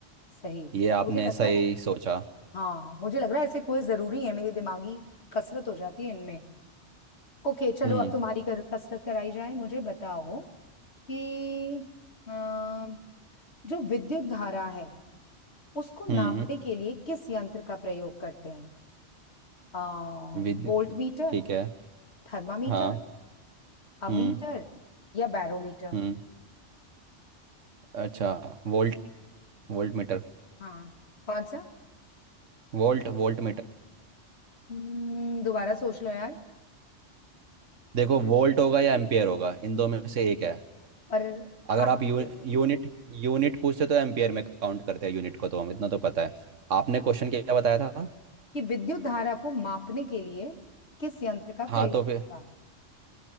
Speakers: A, on the left; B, on the right.
A: सही
B: ये आपने
A: मुझे लगता
B: सही
A: है
B: सोचा
A: हाँ मुझे लग रहा है ऐसे कोई जरूरी है मेरी दिमागी कसरत हो जाती है इनमें ओके चलो
B: हम्म
A: अब तुम्हारी कर, कसरत कराई जाए मुझे बताओ कि अ, जो विद्युत धारा है उसको नापने
B: हम्म
A: के लिए किस यंत्र का प्रयोग करते हैं आ,
B: विद
A: वोल्ट मीटर
B: ठीक है
A: थर्मामीटर
B: हाँ
A: अमीटर
B: हम्म
A: या बैरोमीटर
B: हम्म अच्छा Volt volt meter
A: हाँ कौन सा
B: Volt volt
A: हम्म, दोबारा सोच लो यार
B: देखो वोल्ट होगा या एम्पियर होगा इन दो में से एक है
A: पर
B: अगर
A: हाँ
B: आप
A: जैसे
B: यू, यूनिट यूनिट पूछते तो एम्पियर में काउंट करते हैं यूनिट को तो हम इतना तो पता है आपने क्वेश्चन क्या बताया था
A: कि विद्युत धारा को मापने के लिए किस यंत्र का प्रयोग
B: हाँ तो फिर
A: था